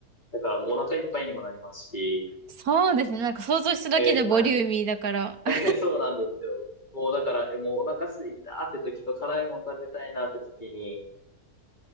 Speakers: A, on the left; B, on the right.
A: だからもうお腹いっぱいにもなりますし、
B: そうですね。なんか想像しただけでボリューミーだから。
A: えーはいえー
B: <laughs>
A: <laughs> そうなんですよ。もうだから、えもうお腹すいたって時と辛いもの食べたいなって時に